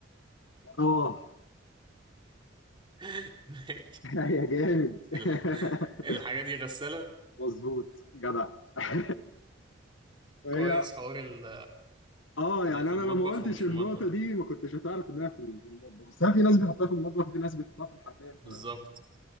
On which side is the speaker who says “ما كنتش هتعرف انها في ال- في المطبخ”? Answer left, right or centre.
Left